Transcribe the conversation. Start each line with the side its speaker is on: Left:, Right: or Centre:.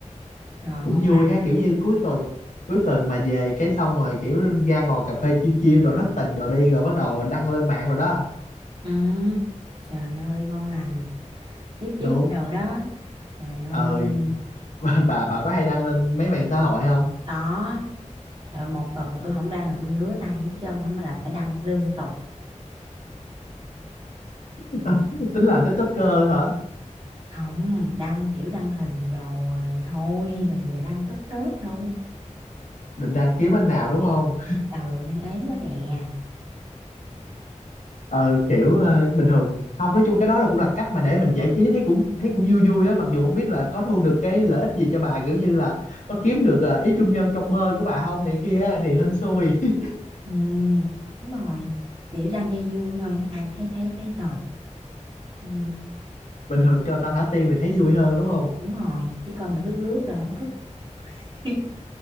Right: trời
Left: cũng
Right: ngon
Left: vui
Right: lành
Left: ha kiểu như cuối tuần cuối tuần mà về cái xong rồi kiểu ra ngồi cà phê chiêu chiêu đồ thất tình đồ đi rồi bắt đầu đăng lên mạng rồi đó
Right: ừ. trời ơi ngon lành điếp điếp
Left: đúng
Right: đồ đó trời ơi
Left: ờ bà bà, bà có hay đăng lên mấy mạng xã hội không
Right: có trời ơi, một tuần mà tôi không đăng là tôi ngứa tay ngứa chân lắm mà là phải đăng liên tục
Left: <laughs> tính làm TikToker hả
Right: không đăng kiểu đăng hình đồ thôi làm gì mà đăng tấp tớp đâu
Left: định đăng kiếm anh nào đúng không
Right: ừ đang ế quá nè
Left: ờ kiểu ờ, bình thường không nói chung cái đó là cũng là cách mà để mình giải trí thấy cũng thấy cũng vui vui á mặc dù không biết là có thu được cái lợi ích gì cho bà kiểu như là có kiếm được ờ, ý trung nhân trong mơ của bà không này kia á, thì hên xui <laughs>
Right: Ừ, đúng rồi. Kiểu đăng dây vui thôi, ai thấy thấy thấy thôi. Ừ,
Left: bình thường cho ta thả tim thì thấy vui hơn đúng không
Right: đúng rồi, chứ còn mà lướt lướt là không thích. <laughs>